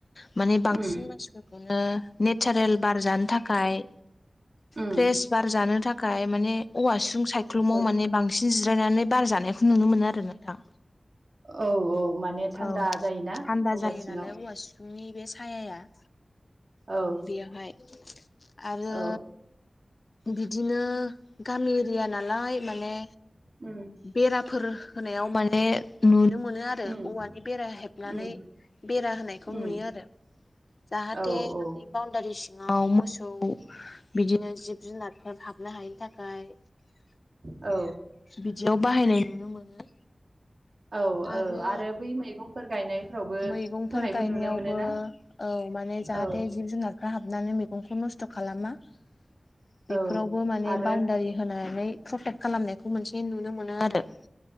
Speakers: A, on the left; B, on the right.
A: माने बांसिन
B: उम
A: मानसिफोरखौनो नेचारेल बार जानो थाखाय
B: उम
A: फ्रेस बार जानो थाखाय माने औवासुं सायख्लुमाव
B: औ
A: माने बां बांसिन जिरायनानै बार जानायखौ नुनो मोनो आरो औ नोंथां
B: औ औ माने थान्दा
A: औ
B: जायोना
A: आनदार
B: औवा
A: जायो
B: सिङाव
A: नालाय औवा फुंनि बे सायाया बेयावहाय
B: औ
A: आरो
B: औ
A: बिदिनो गामि एरिया नालाय माने
B: उम
A: बेराफोर होनायाव माने नुनो मोनो आरो
B: उम
A: औवानि बेरा हेबनानै
B: उम
A: बेरा होनायखौ
B: उम
A: नुयो आरो जाहाथे
B: औ औ
A: न'नि बाउनडारि सिङाव मोसौ बिदिनो जिब-जुनारफोर हाबनो हायिनि थाखाय
B: औ
A: बिदियाव बाहायनाय मोनो
B: औ
A: आरो
B: औ बै मैगंफोर गायनायफ्रावबो
A: मैगंफोर
B: होनायखौ
A: गायनायावबो
B: नुनो मोनोना
A: औ माने जाहाथे
B: औ
A: जिब-जुनारफ्रा हाबनानै मै गंखौ नस्थ' खालामा बेफोरावबो
B: औ
A: माने
B: आरो
A: बाउणडारि होनानै प्रटेक्ट खालामनायखौ मोनसे नुनो मोनो आरो